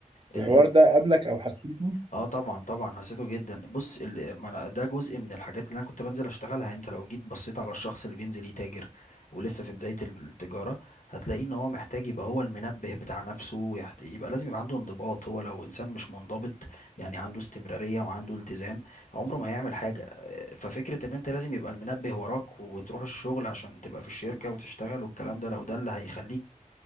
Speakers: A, on the left; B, on the right.
A: الان...
B: الحوار ده قابلك او حسيته
A: اه طبعا طبعا حسيته جدا بص ال- ما أنا ده جزء من الحاجات اللي انا كنت بنزل اشتغلها يعني انت لو جيت بصيت على الشخص اللي بينزل يتاجر ولسه في بداية ال- التجارة هتلاقيه ان هو محتاج يبقى هو المنبه بتاع نفسه يحت- يبقى لازم يبقى عنده انضباط هو لو انسان مش منضبط يعني عنده استمرارية وعنده التزام عمره ما هيعمل حاجة آه، ففكرة ان انت لازم يبقى المنبه وراك وتروح الشغل عشان تبقى في الشركة وتشتغل والكلام ده لو ده اللي هيخليك